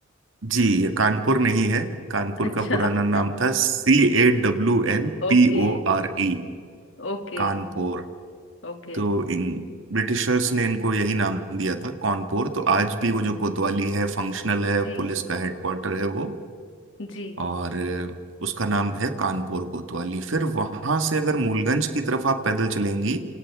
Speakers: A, on the right (about 70°); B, on the left (about 70°).
A: जी ये कानपुर नहीं है कानपुर
B: अच्छा
A: का पुराना नाम था C A W N
B: ओके
A: P O R E
B: ओके
A: Kanpur
B: ओके
A: तो इन ब्रिटिशर्स ने इनको यही नाम दिया था कानपुर तो आज
B: ओके
A: भी वो जो कोतवाली है फंक्शनल है
B: जी
A: पुलिस का हेडक्वार्टर है वो
B: जी
A: और अ, उसका नाम है कानपुर कोतवाली फिर वहां से अगर मूलगंज की तरफ आप पैदल चलेंगी